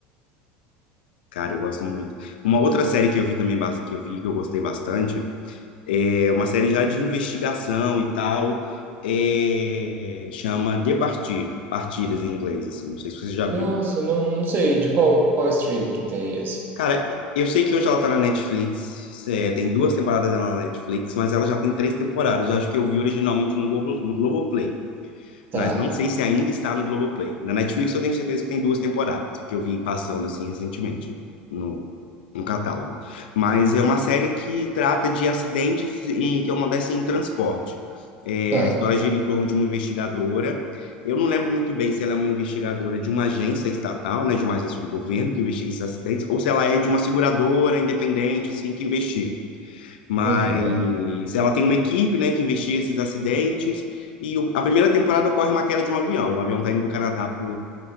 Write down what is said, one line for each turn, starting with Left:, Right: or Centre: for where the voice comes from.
Left: Cara, eu gosto muito. Uma outra série que eu vi também, bas- que eu vi, que eu gostei bastante, é uma série já de investigação e tal, é, chama De Partir, Partidas em inglês, assim, não sei se você já viu.
Right: Nossa, eu não, não sei de qual, qual stream que tem esse.
Left: Cara, eu sei que hoje ela tá na Netflix, é, tem duas temporadas dela na Netflix, mas ela já tem três temporadas, eu acho que eu vi originalmente no Globo, no Globoplay.
Right: Tá,
Left: Mas não sei se ainda está no Globoplay. Na Netflix eu tenho certeza que tem duas temporadas, porque eu vi passando assim recentemente no, no catálogo. Mas é uma série que trata de acidentes em- que acontecem em transporte. É,
Right: tá.
Left: a história gira em torno de uma investigadora. Eu não lembro muito bem se ela é uma investigadora de uma agência estatal, né, de uma agência do governo que investiga esses acidentes, ou se ela é de uma seguradora independente, assim, que investiga. Mas
Right: Aham.
Left: ela tem uma equipe, né, que investiga esses acidentes. E o- a primeira temporada ocorre uma queda de um avião. O avião está indo do Canadá para